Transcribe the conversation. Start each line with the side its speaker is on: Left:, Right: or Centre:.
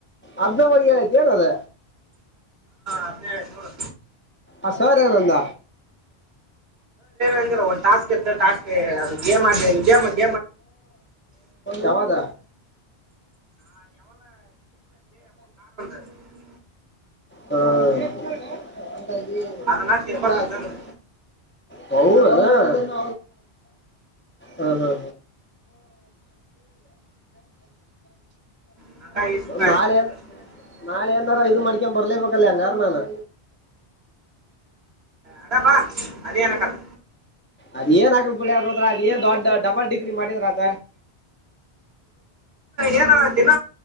Left: ಅ ಹೋಗಿ ಹೇಳಿದ್ದೇನು ಅದ
Right: ಅದನ್ನೇ ಹೇಳಿ ನೋಡು
Left: ಅ ಸರ ಏನ್ ಅಂದ
Right: ಅಂದ್ರ ಒಂದು ಟಾಸ್ಕ್ ಇತ್ತ ಟಾಸ್ಕ್ ಗೆ ಅದು ಗೇಮ್
Left: ಯಾವಾಗ
Right: <unintelligible> <unintelligible> <unintelligible>
Left: ಹ ಅದಕಾಗಿ
Right: ಅದನ್ನ ತಿನ್ಬೇಕಂತಂದು
Left: ಜಗಡಾ ಆಯ್ತು ಹೌದೆನ್ನ ಹಾ ಹಾ
Right: <unintelligible>
Left: ನಾಳೆ ಏನ್ ನಾಳೆ ಏನರ ಇದು ಮಾಡಿಕೊಂಡ ಬರಲೇ ಬೇಕರ್ ಹಂಗ ಆದ್ರ
Right: ಅದಾ ಬಾ ಅದನೆಕ್ಕಲ್ಲ
Left: ಅದ್ ಏನ್ ಆಗಲ್ ಬಿಳಾರ ಹದ್ರ ಅದ ಏನ್ ದೊಡ್ಡ ಡಬಲ್ ಡಿಗ್ರಿ ಮಾಡಿದ್ರ ಅದ
Right: ಏನ ದಿನ